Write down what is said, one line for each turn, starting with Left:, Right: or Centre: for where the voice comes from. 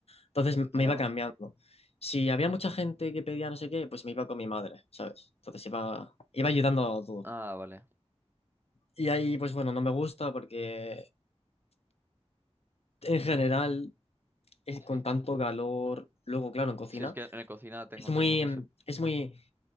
Left: Entonces m- me
Right: Ah,
Left: iba cambiando. Si había mucha gente que pedía no sé qué, pues me iba con mi madre, ¿sabes? Entonces iba, iba ayudando a todo.
Right: ah, vale.
Left: Y ahí, pues bueno, no me gusta porque en general, es
Right: Sí.
Left: con tanto calor, luego, claro, en cocina,
Right: Si es que en la cocina tengo
Left: es muy,
Right: entendido que
Left: mm,
Right: se...
Left: es muy